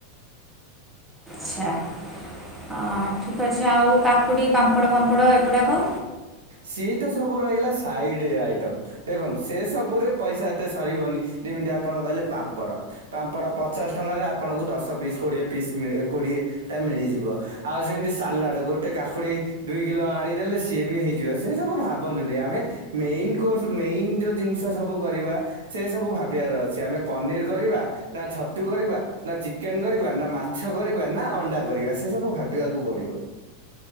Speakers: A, in the centre; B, on the right.
A: ଚ୍ଛା ଆ ଠିକ୍ ଅଛି ଆଉ କାକୁଡ଼ି ପାମ୍ପଡ଼ ଫାମ୍ପଡ଼ ଏଗୁଡ଼ାକ?
B: ସେଇତ ସବୁ ରହିଲା ସାଇଡି ଆଇଟମ୍। ଦେଖନ୍ତୁ ସେ ସବୁରେ ପଇସା ଏତେ ସରିବନି ଯେମିତି ଆପଣ କହିଲେ ପାମ୍ପଡ଼। ପାମ୍ପଡ ପଚାଶ ଟଙ୍କାରେ ଆପଣଙ୍କୁ ଦଶ ପିସ୍ କୋଡିଏ ପିସ୍ ମିଳେ କୋଡି଼ଏ ଟା ମିଳିଯିବ ଆଉ ସେମିତି ସାଲାଡ୍ ଗୋଟେ କାକୁଡ଼ି ଦୁଇ କିଲୋ ଆଣିଦେଲେ ସିଏ ବି ହେଇ ଯିବ ସେ ସବୁ ଭାବନ୍ତୁନି ଆମେ ମେଇନ୍ କୋର୍ସ ମେଇନ୍ ଯୋଉ ଜିନିଷ ସବୁ କରିବା ସେ ସବୁ ଭାବିବାର ଅଛି ଆମେ ପନିର କରିବା। ନା ଛତୁ କରିବା, ନା ଚିକେନ କରିବା, ନା ମାଛ କରିବା, ନା ଅଣ୍ଡା କରିବା ସେ ସବୁ ଭାବିବାକୁ ପଡ଼ିବ।